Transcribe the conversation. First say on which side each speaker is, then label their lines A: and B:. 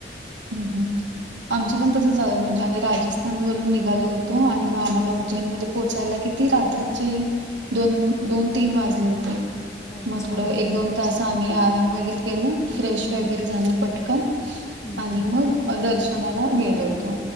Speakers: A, on the right (about 85°); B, on the left (about 15°).
A: हम्म हम्म आमचे पण तस झाल म्हणजे आम्ही राजस्थान वरून निघालोत तो आणि म
B: हम्म
A: आम्हाला उज्जैन मध्ये पोचायला कि ती रात्रीचे दोन दोन तीन वाजले होते
B: अच्छा
A: म थोड एक दोन तास आम्ही आराम वगैरे केल, फ्रेश
B: हम्म
A: वगैरे झालो पटकन
B: हम्म
A: आणि
B: हम्म
A: मग अ दर्शनाला गेलो होतो